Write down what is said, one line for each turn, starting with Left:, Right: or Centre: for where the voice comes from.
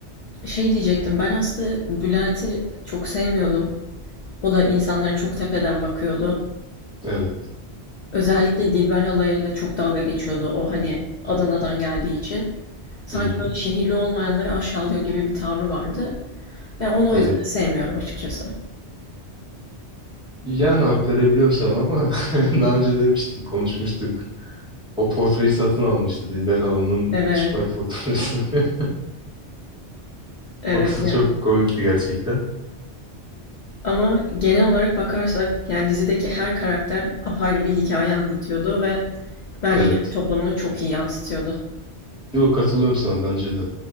Left: Şey diyecektim ben aslında Bülent'i çok sevmiyordum. O da insanlara çok tepeden bakıyordu.
Centre: Evet.
Left: Özellikle Dilber halayıyla çok dalga geçiyordu o hani Adana'dan geldiği için. Sanki
Centre: Hı hı.
Left: böyle şehirli olmayanları aşağılıyor gibi bir tavrı vardı. Ya onu o
Centre: Evet.
Left: yüzden sevmiyorum açıkçası.
Centre: Yani hak verebiliyorum sana ama <laughs> daha önce demiştim konuşmuştuk. O portreyi satın almıştı Dilber Halan'ın
Left: Evet,
Centre: çıplak portresini. <laughs>
Left: evet
Centre: O kısım
Left: yani.
Centre: çok komikti gerçekten.
Left: Ama genel olarak bakarsak yani dizideki her karakter apayrı bir hikaye anlatıyordu ve bence
Centre: Evet.
Left: Türk toplumunu çok iyi yansıtıyordu.
Centre: Yok katılıyorum sana bence de.